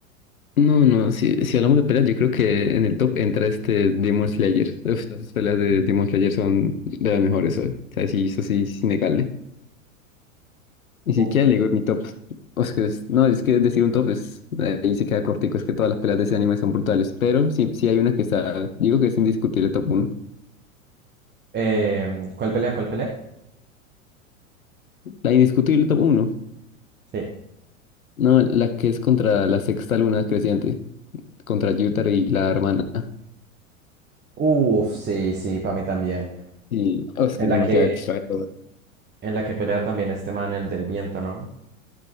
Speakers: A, on the left; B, on the right.
A: No, no, si, si hablamos de peleas, yo creo que en el top entra este Demon Slayer. Uf, las peleas de Demon Slayer son de las mejores. hoy. O sea, sí, eso sí es innegable. Ni siquiera
B: Uf.
A: le digo mi top. O sea, es- no, es que decir un top es, ahí se queda cortico, es que todas las peleas de ese anime son brutales, pero sí, sí hay una que está, digo que es indiscutible top uno
B: Em, ¿cuál pelea? ¿Cuál pelea?
A: La indiscutible top 1.
B: Sí.
A: No, la que es contra la sexta luna creciente, contra Yutar y la hermana.
B: Uf, sí, sí, para mí también.
A: Sí, oh, es
B: En
A: que es
B: la
A: demasiado
B: que
A: épica de todo.
B: En la que pelea también este man, el del viento, ¿no?